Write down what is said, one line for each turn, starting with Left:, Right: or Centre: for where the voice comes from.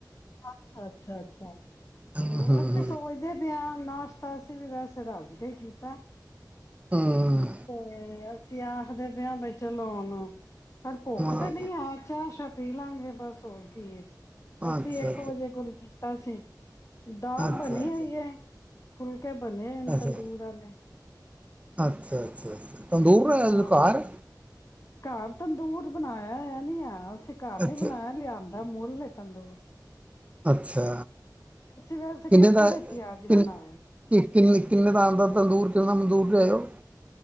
Left: ਅੱਛਾ, ਅੱਛਾ, ਅੱਛਾ।
Right: ਹੂੰ
Left: ਹਮ,
Right: ਹੂੰ
Left: ਅਸੀਂ ਸੋਚਦੇ ਪਿਆਂ ਨਾਸ਼ਤਾ ਅਸੀਂ ਵੀ, ਵੈਸੇ ਰੱਜ ਕੇ ਹੀ ਕੀਤਾ।
Right: ਹੂੰ
Left: ਤੇ ਅ ਸੀ, ਆਖਦੇ ਪਿਆ ਬਈ ਚਲੋ, ਉਣ ਪਰ ਭੁੱਖ
Right: ਹਾਂ
Left: ਤੇ ਨਹੀਂ ਆ, ਚਾਹ ਸ਼ ਪੀ ਲਾਂਗੇ ਬਸ ਹੋਰ ਕੀ ਅਸੀਂ
Right: ਅੱਛਾ
Left: ਇੱਕ ਇੱਕ ਵਜੇ ਕੁਲ ਕੀਤਾ ਸੀ ਦਾਲ
Right: ਅੱਛਾ ਅੱਛਾ ਅੱਛਾ
Left: ਬਣੀ ਆਈ ਹੈ ਫੁਲ ਬਣੇਨ
Right: ਅੱਛਾ ਅੱਛਾ
Left: ਤੰਦੂਰ ਵਾਲੇ
Right: ਅੱਛਾ ਅੱਛਾ ਅੱਛਾ ਤੰਦੂਰ ਹੈ
Left: ਹਾਂ
Right: ਘਰ
Left: ਘਰ ਤੰਦੂਰ ਬਣਾਇਆ ਹੋਇਆ ਨਹੀ ਏ ਕਾਰ ਨੇ
Right: ਅੱਛਾ
Left: ਬਣਾਇਆ ਲਿਆਂਦਾ ਮੂੰਹ ਚੱਲੇ ਤੰਦੂੂਰ
Right: ਅੱਛਾ
Left: ਵੈਸੇ
Right: ਕਿੰਨੇ
Left: ਕੁੱਕਰ
Right: ਦਾ
Left: ਵਿੱਚ ਹੀ ਅੱਜ
Right: ਕਿਨ
Left: ਬਣਾਇਆ
Right: ਕਿੰਨੇ ਕਿੰਨੇ ਦਾ ਆਉਂਦਾ ਤੰਦੂਰ ਕਿੰਨੇਨਾ ਮੰਦੂਰ ਚ ਆਇਓ